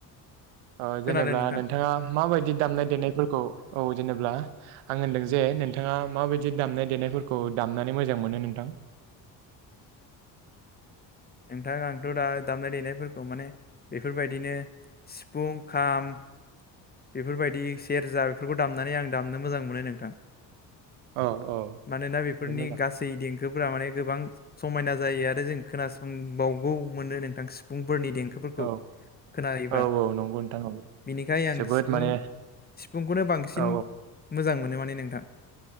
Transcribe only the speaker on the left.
खोनादों नोंथां
नोंथाङा आंथ दा दामनाय देनायफोरखौ माने बेफोर बायदिनो सिफुं खाम बेफोरबायदि सेरजा बेफोरखौ दामनानै आं दामनो मोजां मोनो नोंथां।
मानोना बेफोरनि
गासै देंखो फोरा माने गोबां समायना जायो आरो जों खोनासंबावगौ मोननो नोंथांसि फुंफोरनि देंखोफोरखौ
खोनायोबा
बिनिखाय आं
सिफुं
सिफुंखौनो बांसिन
मोजां मोनो माने नोंथां